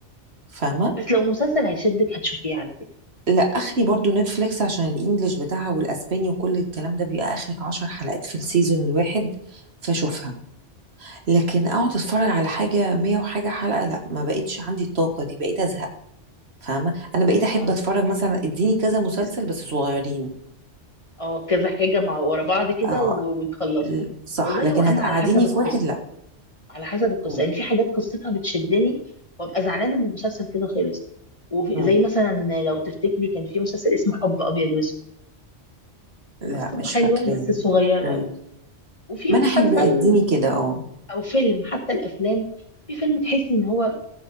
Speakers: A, on the right; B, on the left.
A: فاهمة
B: بس لو مسلسل هيشدك هتشوفيه على فكره
A: لا اخري برضو نتفليكس عشان الانجليش بتاعها والاسباني وكل الكلام ده بيبقى اخرك عشر حلقات في السيزون الواحد فاشوفها لكن اقعد اتفرج على حاجة مية وحاجة حلقة لا ما بقتش عندي الطاقة دي بقيت ازهق فاهمة أنا بقيت أحب
B: اه
A: أتفرج مثلا اديني كذا مسلسل بس صغيرين
B: اه كذا حاجه مع ورا بعض كده
A: اه
B: و- ونخلصهم
A: ل- صح
B: والله
A: لكن
B: وانا
A: هتقعديني
B: على حسب القصه
A: في واحد لا
B: على حسب القصه
A: مم.
B: يعني في حاجات قصتها بتشدني وابقى زعلانه ان المسلسل كده خلص وفي
A: مم.
B: زي مثلا لو تفتكري كان في مسلسل اسمه حب ابيض واسود
A: لا
B: قصته
A: مش
B: حلوه
A: فاكراه
B: بس صغير
A: مم.
B: قوي وفي
A: ما
B: مسلسل
A: أنا أحب اديني كده اه
B: او فيلم حتى الافلام في فيلم تحسي ان هو